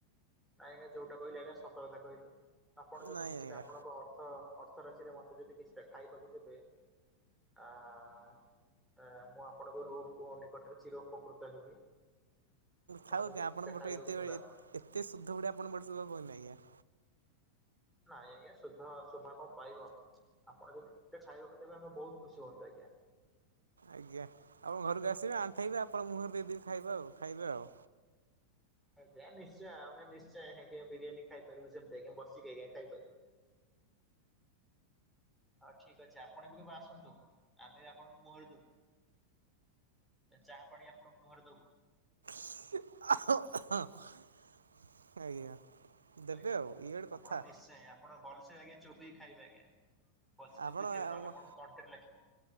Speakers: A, in the centre; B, on the right.
A: ନାଇଁ ଆଜ୍ଞା ଯୋଉଟା କଇଲି ଆଜ୍ଞା ସତକଥା କଇଲି ଆପଣ ଯଦି
B: ନାଇଁ
A: କିଛିଟା
B: ଆଜ୍ଞା
A: ଆପଣଙ୍କ ଅର୍ଥ ରାଶିରେ ମତେ ଯଦି କିଛିଟା ଖାଇବାକୁ ଦେବେ ଆ ଆ ମୁଁ ଆପଣଙ୍କ ର ପୁଅ ନିକଟରେ ଚିର ଉପକୃତ ହେବି। ଆପଣ
B: ଥାଉ ଆଜ୍ଞା
A: ଯଦି କିଛିଟା
B: ଆପଣ ବଟେ
A: ଖାଇବାକୁ
B: ଏତେଳେ
A: ଦେବେ ଆପଣ
B: ଏତେ ସୁଧ ଉଡିଆ ଆପଣ ବଟେ ସୁଭିବା ଭଲ ନାହିଁ ଆଜ୍ଞା।
A: ନାଇଁ ଆଜ୍ଞା ଶ ସୁଧ ଶୋଭା କଣ ପାଇବ ଆପଣ ଯଦି କିଛିଟା ଖାଇବାକୁ ଦେବେ ଆମେ ବହୁତ ଖୁସି ହୁଅନ୍ତୁ ଆଜ୍ଞା।
B: ଆଜ୍ଞା ଆମ ଘରକୁ ଆସିବେ ଆଣ୍ଠେଇବେ ଆପଣ ମୁହଁରେ ଦେଇଦେବି ଖାଇବା ଆଉ ଖାଇବେ ଆଉ।
A: ଆଜ୍ଞା ନିଶ୍ଚୟ ଆମେ ନିଶ୍ଚୟ ଆଜ୍ଞା ବିରିୟାନି ଖାଇପାରିବୁ ସେନ୍ତୀ ଆଜ୍ଞା ବସିକି ଆଜ୍ଞା ଖାଇପାରିବୁ। ହଉ ଠିକ ଅଛି ଆପଣ ବି କେବେ ଆସନ୍ତୁ ଆମେ ବି ଆପଣଙ୍କୁ ମୁହଁରେ ଦବୁ। ଚାହା ପାଣି ଆପଣଙ୍କୁ ମୁହରେ ଦବୁ,
B: ଆଜ୍ଞା। ଦେବେ
A: ଆଜ୍ଞା
B: ଆଉ ଇଏ ଗୋଟେ
A: ଆପଣ
B: କଥା
A: ନିଶ୍ଚୟ ଆପଣ ଭଲସେ ଆଜ୍ଞା ଚୋବେଇ ଖାଇବେ ଆଜ୍ଞା। ବସି ବୋବେଇ
B: ଆପଣ
A: ଖାଇବେ ନହେଲେ ଆପଣଙ୍କ ତଣ୍ଟି ରେ ଲାଖିବ